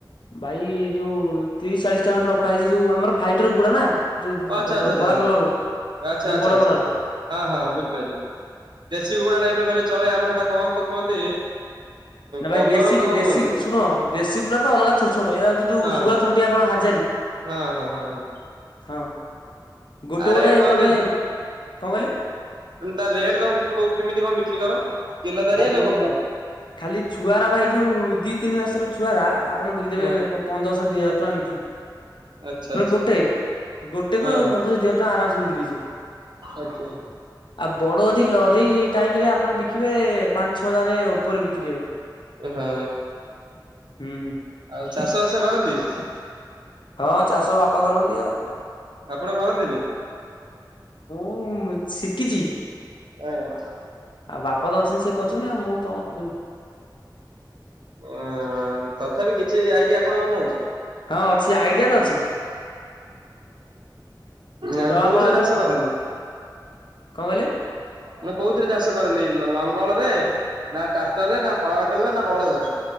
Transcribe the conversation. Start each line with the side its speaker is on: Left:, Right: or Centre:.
Left: ଭାଇ ଯୋଉ ତିରିଶ ଚାଳିଶ ଟା ଖଣ୍ଡେ ରଖାହେଇଛି ଯୋଉ ଆମର ଫାଇଟର କୁକୁଡା ନା ଯୋଉ
Right: ଆଚ୍ଛା, ଆଚଛଛ
Left: କଳା କଲର
Right: ଆଚଛା
Left: ଯୋଉ
Right: ଆଚଛା
Left: ବଡ
Right: ଆଛା
Left: ବଡରା
Right: ହଁ ହଁ ହଁ ବୁଝିପାଇଲି। ଦେଶୀ କୁକୁଡା ଟାଇପ ର କହିଲେ ଚଳେ ଆମର ଏଟା କଣ ତ କୁହନ୍ତି।
Left: ନା ଭାଇ
Right: କଲର
Left: ଦେଶୀ
Right: ଗୋଟେ କଣ
Left: ଦେଶୀ
Right: କୁହନ୍ତି
Left: ଶୁଣ ଦେଶୀ କୁକୁଡ଼ା ତ ଅଲଗା ଛୋଟ ଛୋଟ ଏ ହଉଛି ଯୋଉ
Right: ହଁ।
Left: ଶୁଆ ଥଣ୍ଟିଆ କଣ ହାଜାରି।
Right: ହଁ ହଁ ହଁ ହଁ!
Left: ହଁ। ଗୋଟେ
Right: ଆ
Left: ଗୋଟେ
Right: ରେଟ କଣ?
Left: ତମେ କଣ କହିଲେ
Right: ତା ରେଟ କଣ କ କେମିତି କଣ ବିକୁ କର କିଲୋଦରିଆ
Left: ଭାଇ
Right: ନା ଗୋଟା?
Left: ଖାଲି ଛୁଆର ଭାଇ ଯୋଉ ଦି ତିନି ମାସର ଛୁଆର ଆପଣ ବିକିଦେବେ
Right: ହଁ
Left: ପନ୍ଦରଶହ ଦି ହଜାର ଏମିତି।
Right: ଆଚ୍ଛା ଆଚ୍ଛା
Left: ଗୋଟେ। ଗୋଟେ
Right: ହଁ
Left: କୁ
Right: ହଁ
Left: ପନ୍ଦରଶ ଦି ହଜାରେ ଟଙ୍କା ଆରାମେସେ ବିକ୍ରି ହେଇଯିବ।
Right: ଆଚ୍ଛା!
Left: ଆଉ ବଡ ଅଧି ଲଢେଇ ଟାଇମରେ ଆପଣ ବିକିବେ ପାଞ୍ଚ ଛ ହଜାର ଉପରେ ବିକ୍ରି ହେବେ।
Right: ହଁ
Left: ହୁଁ
Right: ଆଉ ଚାଷବାସ କରନ୍ତି?
Left: ହଁ! ଚାଷ ବାପା କରନ୍ତି ଆଉ।
Right: ଆପଣ କରନ୍ତିନି?
Left: ମୁଁ ଶିଖିଛି,
Right: ଅଁ
Left: ଆଉ ବାପା ତ ଅ ସେ କରୁଛନ୍ତି ଆଉ, ମୁଁ କଣ କରିବି?
Right: ଅ ତଥାପି କିଛି ଆଇଡିଆ, ଆପଣଙ୍କର ନାହିଁ?
Left: ହଁ ଅଛି, ଆଇଡିଆ ତ ଅଛି।
Right: ଆଉ
Left: ତଳା
Right: କୋଉଥିରେ
Left: ଫାଳ ଯୋଉ
Right: ଚାଷ କରନ୍ତି?
Left: କଣ କହିଲେ?
Right: ମାନେ କୋଉଥିରେ ଚାଷ କରନ୍ତି, ଲଙ୍ଗଳ ରେ, ନା ଟ୍ରାକ୍ଟର ରେ, ନା ପାୱାର ଟେଲ୍ ରେ ନା ବଳଦରେ?